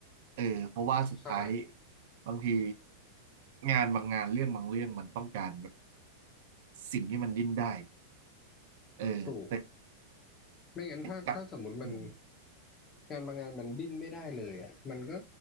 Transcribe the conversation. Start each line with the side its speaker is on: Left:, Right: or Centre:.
Right: เออเพราะว่าสุดท้าย
Left: ใช่
Right: บางทีงานบางงานเรื่องบางเรื่องมันต้องการแบบสิ่งที่มันดิ้นได้เออแต่
Left: ถูกไม่งั้นถ้าถ้าสมมติมัน
Right: กลับอืม
Left: งานบางงานมันดิ้นไม่ได้เลยอ่ะมันก็